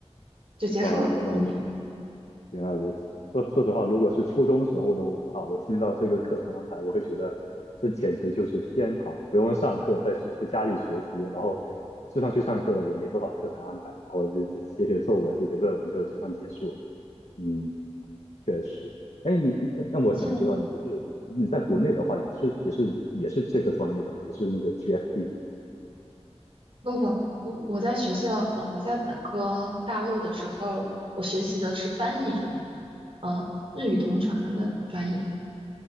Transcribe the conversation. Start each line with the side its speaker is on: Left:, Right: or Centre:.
Right: 就结束了一年。
Left: 啊、原来如此，原来如此。说说实话，如果是初中时候的我的话，我听到这个课程安排，我会觉得这简直就是天堂，不用上课，在学在家里学习，然后就算去上课了，也没多少课程安排，然后就写写写作文、写写论文就就算结束了。嗯，确实，哎，你那那我想知道，
Right: 你现在
Left: 你就是你在国内的话，
Right: 嗯
Left: 也是也是也是这个专业的嘛，也是那个 g s d
Right: 不不，我我在学校呃我在本科大陆的时候，我学习的是翻译专业，呃日语同传的专业。